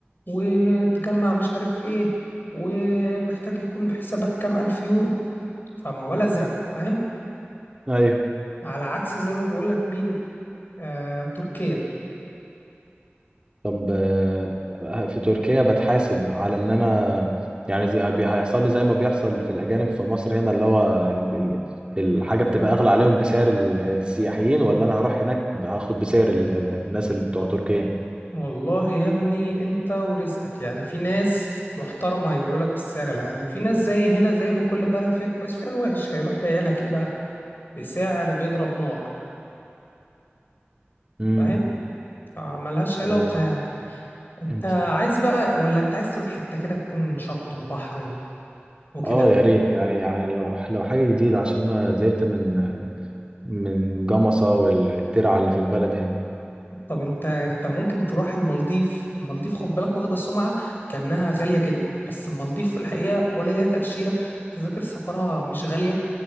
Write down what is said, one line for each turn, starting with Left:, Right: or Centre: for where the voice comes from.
Left: وتجمع مش عارف ايه ومحتاج يكون بحسابك كام الف يورو فموال ازرق فاهم
Right: ايوه
Left: على عكس زي ما بقولك مين آه تركيا
Right: طب آه، في تركيا بتحاسب على ان انا يعني زي هبي- هيحصل لي زي ما بيحصل في الاجانب في مصر هنا اللي هو ب- الحاجه بتبقى اغلى عليهم بسعر السياحيين ولا انا هروح هناك هاخد بسعر ال- الناس اللي بتوع تركيا
Left: والله يا ابني انت ورزقك يعني في ناس محترمة هيبيعولك بالسعر العادي وفي ناس زي هنا زي ما كل بلد فيها كويس فيها الوحش هيروح بايع لك ايه بقى بسعر بيضرب نار
Right: امم
Left: فاهم فملهاش علاقة
Right: طب
Left: يعني انت
Right: انت
Left: عايز بقى ولا انت عايز تروح حتة كده تكون شط وبحر و- وكده
Right: اه يا ريت يعني يعني لو لو حاجه جديده عشان انا زهقت من من جمصه والترعه اللي في البلد هنا
Left: طب انت انت ممكن تروح المالديف المالديف خد بالك واخدة سمعة كأنها غالية جدا بس المالديف في الحقيقة ولا ليها تأشيرة تذاكر سفرها مش غالية